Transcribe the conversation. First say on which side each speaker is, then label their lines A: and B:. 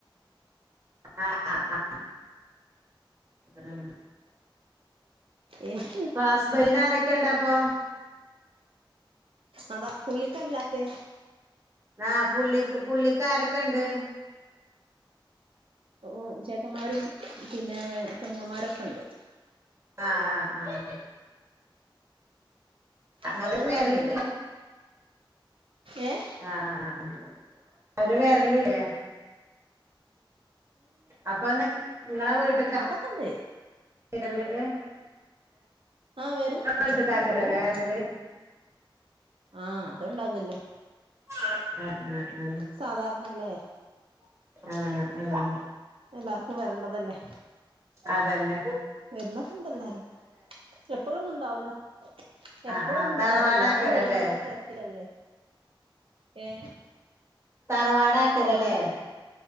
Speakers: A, on the right; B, on the right.
A: ആഹ് ആഹ് ആഹ് ഉം
B: എഹ്
A: ഹസ്ബൻഡ്ന് ആരൊക്കെണ്ടപ്പോ?
B: അതാ പുള്ളിക്കാല്ലാത്തെ.
A: ആ പുള്ളിക്ക് പുള്ളിക്കാരൊക്കെണ്ട്?
B: ഉം ചേട്ടന്മാരും പിന്നെ പെങ്ങൻമാരൊക്കെണ്ട്.
A: ആഹ് ആഹ് ആഹ്
B: അച്ഛനും
A: അവര് വരല്
B: അമ്മീം ഇല്ല. ഏഹ്
A: ആഹ് ആഹ് ആഹ് ആഹ് അവര് വെരല്ല്യേ? അപ്പോന്ന് ങ്ങളെ വീട്ട്
B: അതൊക്കണ്ട്
A: <unintelligible>
B: ആഹ് വെരവും പൊക്കോക്കേണ്ട്.
A: വീട്ട്ക്കാക്കാരല്ലേ
B: ഓഹ്
A: വരല്
B: ആഹ് അത്ണ്ടാവല്ലോ
A: ആഹ് ആഹ് ആഹ്
B: സാധാരണല്ലേ?
A: ആഹ് ആഹ്..
B: എല്ലാർക്കുവരണ്ടതല്ലേ..
A: അതന്നെ
B: വര്ലോക്കണ്ടെല്ലാരും എപ്പോഴൊന്നുണ്ടാവുലാ.. എപ്പോഴൊന്നുംണ്ടാവുലാ
A: ആഹ് ആഹ് തറവാടാക്കരല്ലേ
B: എല്ലരും ഓരോരോ തെരക്കിലല്ലേ. ഏഹ്
A: തറവാടക്കരലേ.
B: ആണ്